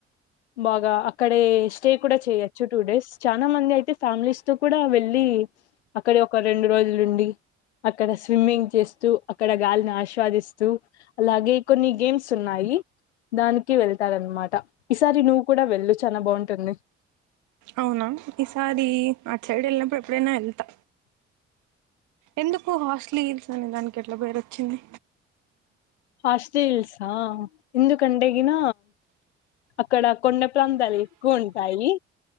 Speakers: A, on the left; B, on the right.
A: బాగ అక్కడే స్టే కూడ చేయొచ్చు టూ డేస్ చానా మంది అయితే ఫ్యామిలీస్ తో కూడా వెళ్ళి అక్కడ ఒక రెండు రోజులు ఉండి అక్కడ స్విమ్మింగ్ చేస్తూ అక్కడ గాలిని ఆశ్వాదిస్తూ అలాగే కొన్ని గేమ్స్ ఉన్నాయి దాని కి వెళ్తారన్నమాట ఈసారి నువ్వు కూడా వెళ్ళు చానా బావుంటుంది
B: అవున ఈసారి అట్ సైడ్ వెళ్ళినప్పుడు ఎప్పుడైనా వెళ్తా ఎందుకు హాస్ట్లీల్స్ అనే దానికి అట్ల పేరు ఒచ్చింది
A: హాస్టిల్స ఆ ఎందుకంటే గిన అక్కడ కొండ ప్రాంతాలు ఎక్కువ ఉంటాయి